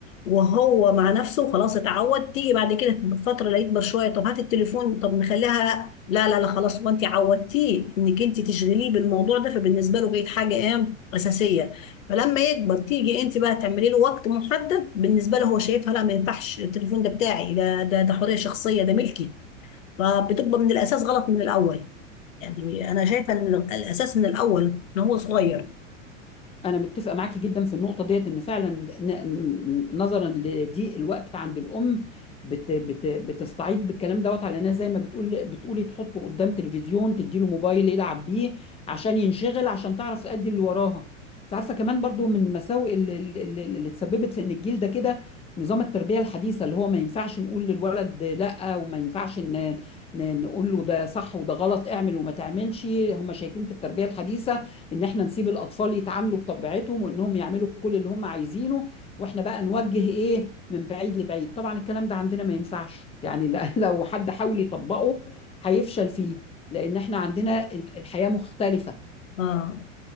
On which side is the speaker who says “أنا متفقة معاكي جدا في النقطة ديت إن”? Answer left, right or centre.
Left